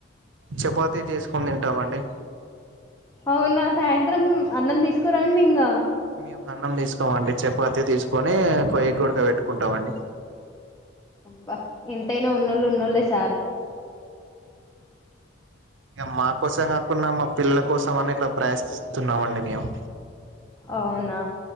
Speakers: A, on the right; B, on the left.
A: చపాతీ చేసుకొని తింటామండి
B: అవునా సాయంత్రం అన్నం తీసుకోరండి ఇంకా
A: మేము అన్నం తీసుకోమ అండి చపాతి తీసుకొని కొయ్య గుడక పెట్టుకుంటామండి
B: అబ్బా ఎంతైనా ఉన్నోళ్ళు ఉన్నోళ్లే సార్
A: ఇంక మా కోసం కాకుండా మా పిల్లల కోసం అనే ఇట్లా ప్రయత్నిస్తున్నామ అండి మేము
B: అవునా